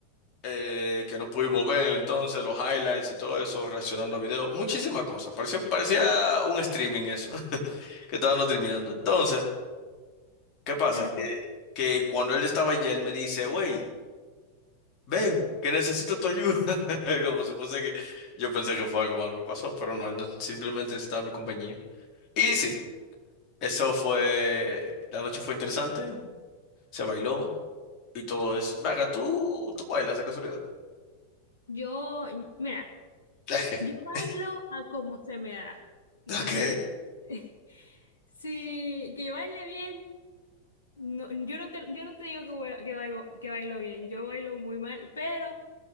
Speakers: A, on the left (about 35°); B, on the left (about 70°).
A: eh, que no pudimos ver en el entonces, los highlights y todo eso, reaccionando a videos, muchísimas cosas. Parecía, parecía un streaming eso, <laughs> que estaban streameando. Entonces, ¿qué pasa?
B: Ah,
A: Que, que cuando él estaba allá, él me dice, wey, ven, que necesito tu ayuda. <laughs> Como si fuese que yo pensé que fue algo malo que pasó, pero no, él no- simplemente necesitaba mi compañía. Y sí, eso fue, la noche fue interesante, se bailó y todo eso. Venga, tú, tú bailas de casualidad.
B: Yo, mira,
A: <laughs>
B: yo bailo a como se me da, realmente.
A: Ok,
B: <laughs> Sí, que yo baile bien. No, yo no te, yo no te digo que, voy a- que bailo, que bailo bien, yo bailo muy mal, pero